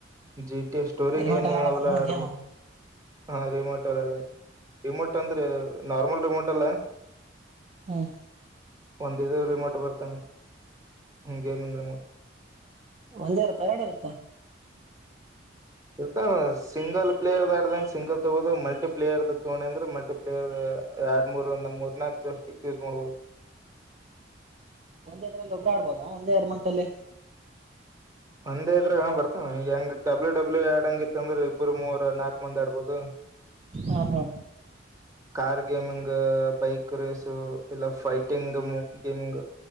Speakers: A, on the right; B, on the right.
A: G T A story
B: remote
A: game
B: ಅಲ್ಲಿ ಆಡೋದನು
A: ಅವೆಲ್ಲ ಆಡದು.
B: ಗೇಮ್
A: ಹಾ ರಿಮೋಟ ಅಲ್ಲ ಆಡದು ರಿಮೋಟ್ ಅಂದ್ರೆ ನಾರ್ಮಲ್ ರಿಮೋಟ್ ಅಲ್ಲಾ
B: ಹ್ಮ್
A: ಒಂದ ಇದು ರಿಮೋಟ್ ಬರ್ತ ಅಣ್ಣಾ ಗೇಮಿಂದ ರಿಮೋಟ್-
B: ಒಂದೇ ಇರುತ್ತ ಎರಡು ಇರುತ್ತಾ?
A: ಇರ್ತ ಸಿಂಗಲ್ ಪ್ಲೇಯರ್ದ ಆಡ್ದಂಗ ಸಿಂಗಲ್ ತೋಗೋದು ಮಲ್ಟಿಪ್ಲೇಯರ್ದ ತೋಣಿ ಅಂದ್ರ ಮಲ್ಟಿಪ್ಲ್ ಪ್ಲೇಯರ್ದ ಎರಡ್ ಮೂರ್ಂದ ಮೂರ್ ನಾಕ್ ಸ್ಟಿಕ್ ಯುಸ್ ಮಾಡ್ಬೋದ.
B: ಒಂದ್ ಇದ್ರಲ್ಲಿ ಒಬ್ಬರು ಆಡ್ಬೋದ ಒಂದ ಎರ ಮಂಟಲ್ಲಿ.
A: ಒಂದೇ ಇದ್ರೆ ಬರ್ತಾನ ಈ ಹೆಂಗ ಡಬ್ಲ್ಯೂ ಡಬ್ಲ್ಯೂ ಆಡಂಗಿತ್ತಂದ್ರೆ ಇಬ್ಬರು ಮೂರ್ ನಾಕ ಮಂದಿ ಆಡ್ಬೋದು.
B: ಹಾ ಹಾ.
A: ಕಾರ್ ಗೇಮಿಂಗ್ ಬೈಕ್ ರೇಸು ಇಲ್ಲ ಫೈಟಿಂಗ್ ಗೇಮಿಂಗ್.